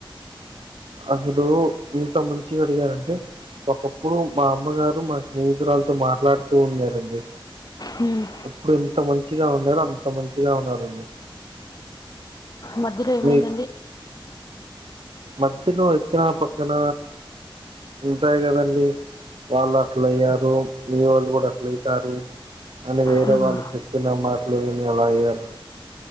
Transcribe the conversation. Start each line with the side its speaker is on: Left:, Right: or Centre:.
Right: అసలు ఇంత మంచి అడిగారంటడి ఒకప్పుడు మా అమ్మగారు మా స్నేహితురాలతో మాట్లాడుతూ ఉండేదండి
Left: హ్మ్.
Right: ఇప్పుడు ఎంత మంచిగా ఉన్నారో అంత మంచిగా ఉన్నారండి
Left: మధ్యలో ఏమైందండి
Right: మీ మధ్యలో వచ్చినా పక్కన ఉంటాయి కదండి వాళ్ళు అట్ల అయ్యారు మీ వాళ్ళు కూడా అట్ల అయితారు అని వేరే
Left: హ్మ్.
Right: వాళ్ళు చెప్పిన మాటలు విని అలా అయ్యారు